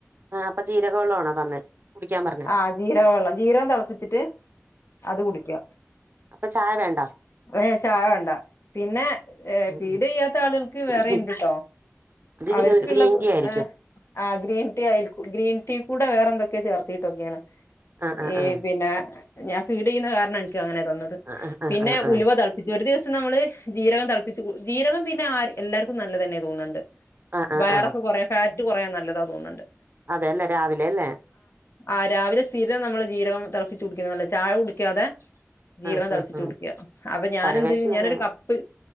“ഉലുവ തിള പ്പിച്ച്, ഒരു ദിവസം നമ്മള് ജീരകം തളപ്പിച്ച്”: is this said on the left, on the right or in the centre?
Left